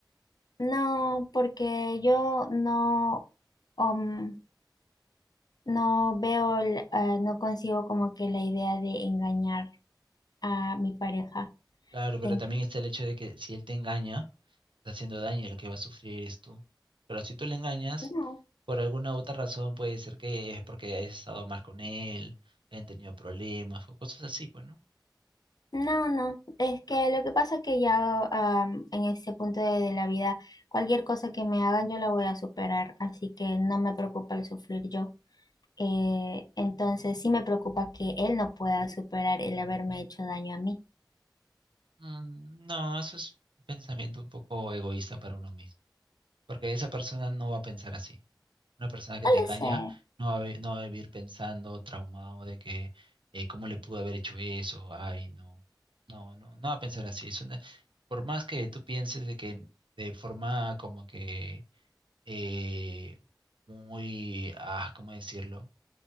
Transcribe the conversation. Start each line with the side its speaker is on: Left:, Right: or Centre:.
Left: no, porque yo no, um, no veo, el- eh, no consigo como que la idea de engañar a mi pareja.
Right: Claro, pero
Left: En-
Right: también está el hecho de que si él te engaña, está haciendo daño y lo que va a sufrir eres tú. Pero si tú le engañas,
Left: No.
Right: por alguna otra razón puede ser que es porque hayas estado mal con él, hayan tenido problemas o cosas así, pues, ¿no?
Left: No, no, es que lo que pasa es que ya am, en ese punto de, de la vida, cualquier cosa que me hagan yo la voy a superar, así que no me preocupa el sufrir yo. Eh, entonces sí me preocupa que él no pueda superar el haberme hecho daño a mí.
Right: Mm, no, eso es un pensamiento un poco egoísta para uno mismo. Porque esa persona no va a pensar así. Una persona que
Left: No
Right: te engaña
Left: lo sé.
Right: no va a, vi- no va a vivir pensando, traumado de que eh, cómo le pudo haber hecho eso, ay, no. No, no, no va a pensar así. Es una- por más que tú pienses de que de forma como que eh, muy, ah, ¿cómo decirlo?